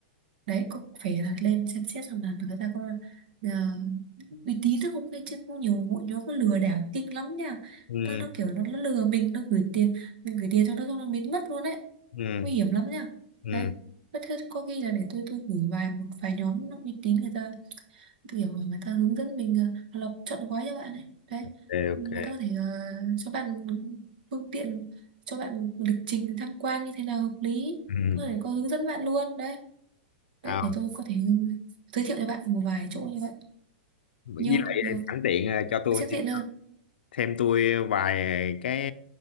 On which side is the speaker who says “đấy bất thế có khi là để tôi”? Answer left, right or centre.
Right